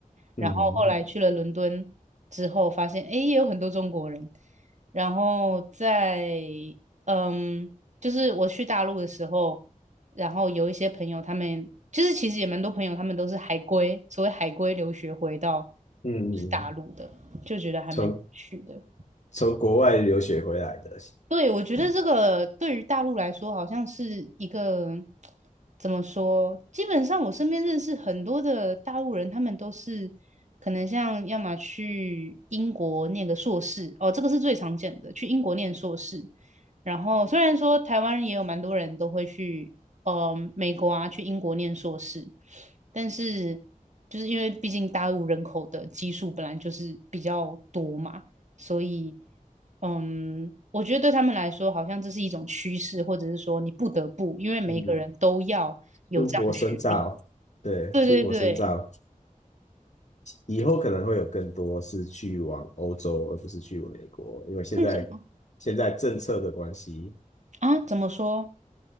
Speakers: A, on the right; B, on the left.
A: 然后后来去了伦敦之后，
B: 嗯
A: 发现诶也有很多中国人，然后在嗯，就是我去大陆的时候。然后有一些朋友他们就是其实也蛮多朋友他们都是海归，所谓海归留学回到
B: 嗯，
A: 大陆的，就觉得还蛮有趣的。
B: 从从国外留学回来的，
A: 对，我觉得这个对于大陆来说，好像是一个怎么说？基本上我身边认识很多的大陆人，他们都是可能像要么去英国念个硕士，哦，这个是最常见的，去英国念硕士。然后虽然说台湾也有蛮多人都会去，呃，美国啊，去英国念硕士，但是就是因为毕竟大陆人口的基数本来就是比较多嘛。所以，嗯，我觉得对他们来说，好像这是一种趋势，或者是说你不得不，因为每一个人都要有这样的学历。
B: 嗯，出国深造，对，
A: 对对对，
B: 出国深造。以后可能会有更多是去往欧洲，而不是去美国，因为现在
A: 为什么
B: 现在政策的关系，
A: 啊？怎么说？